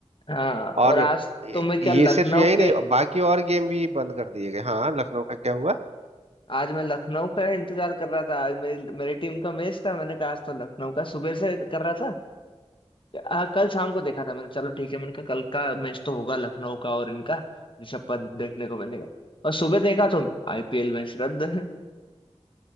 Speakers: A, on the left (about 50°); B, on the right (about 70°).
A: है। हाँ और
B: और
A: आज
B: ये
A: तो मैं क्या लखनऊ
B: ये सिर्फ यही नहीं
A: के
B: बाकी और गेम भी बंद कर दिए गए हाँ लखनऊ का क्या हुआ
A: आज मैं लखनऊ का इंतजार कर रहा था आज मेरी मेरी टीम का मैच था मैंने कहा आज तो लखनऊ का सुबह से कर रहा था आ, कल शाम को देखा था मैंने चलो ठीक है मैंने कहा कल का मैच तो होगा लखनऊ का और इनका ऋषभ पंत देखने को मिलेगा और सुबह देखा तो आईपीएल मैच रद्द